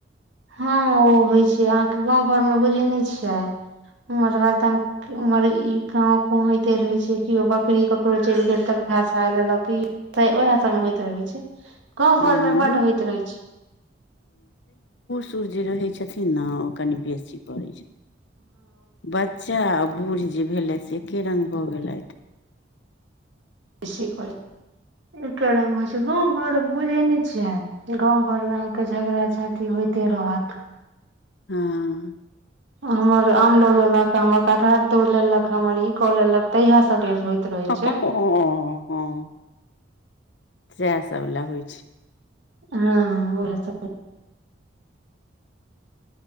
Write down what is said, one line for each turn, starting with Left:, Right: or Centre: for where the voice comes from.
Right: हाँ उ होय छै, अहाँ के गाँव घर मे बुझै नै छी यै उम्हर ह तम उमहर इ कांव कु होते रहे छै, कियो बकरी ककरो चैल गेल त घास खा लेलक, कि <unintelligible> उहाए सब मे होएत रहे छै। गाँव
Left: अ
Right: घर मे बड
Left: बूढ़
Right: होएत रहै छै।
Left: तूर जे रहै छथिन ना ओ कनि बेसी करै छै। ब च्चा आ बूढ़ जे भेलैथ से एके रंग भऽ गेलैथ।
Right: बेसी काल एके रंग होय छै, गाँव घर बुझै नै छियै, गाँव घर मे अहाँ के झगड़ा झाँटी होयते रहत।
Left: हाँ।
Right: हमर आम लऽ लेलक, त हमर कटहर तोड़ लेलक, हमर ई कऽ लेलक। तहिया सब होइत रहै
Left: हाँ-हाँ।
Right: छै
Left: साएह सब लै होय छै।
Right: हाँ उहो सब